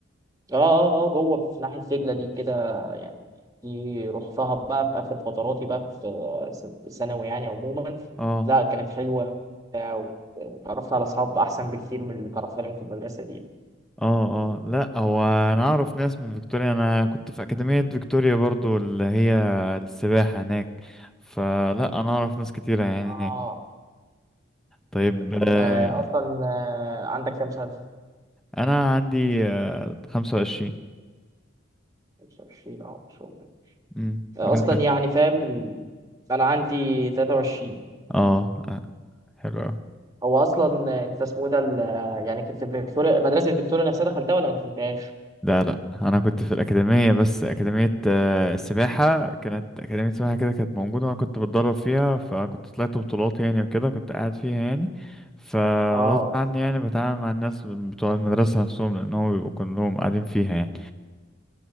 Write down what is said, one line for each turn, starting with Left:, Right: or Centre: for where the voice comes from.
Right: اه اه اه جوه في ناحيه دجله دي كده يعني دي رحتها بقى في اخر فتراتي بقى في س- ثانوي يعني عموما
Centre: اه
Right: لا كانت حلوه قوي اتعرفت على اصحاب احسن بكتير من اللي اتعرفت عليهم في المدرسه دي
Centre: اه اه لا هو انا اعرف ناس من فيكتوريا انا كنت في اكاديمية فيكتوريا برضه اللي هي السباحة هناك فلا انا اعرف ناس كتيرة يعني هناك
Right: اه
Centre: طيب آه،
Right: انت اصلا آه، عندك كام سنه
Centre: انا عندي آه، خمسة وعشرين
Right: 25 اه ما شاء الله
Centre: امم
Right: اصلا
Centre: وانت
Right: يعني فاهم انا عندي 23
Centre: اه آه، حلو اوي
Right: هو اصلا انت اسمه ده ال- يعني كنت في فيكتوريا مدرسه فيكتوريا نفسها دخلتها ولا ما دخلتهاش
Centre: لا لا انا كنت في الاكاديمية بس اكاديمية آه، السباحة كانت اكاديمية السباحة كده كانت موجودة وانا كنت بتدرب فيها فكنت طلعت بطولات يعني وكده كنت قاعد فيها يعني فغصب
Right: اه
Centre: عني يعني بتعامل مع الناس بتوع المدرسة نفسهم لأنهم بيبقوا كلهم قاعدين فيها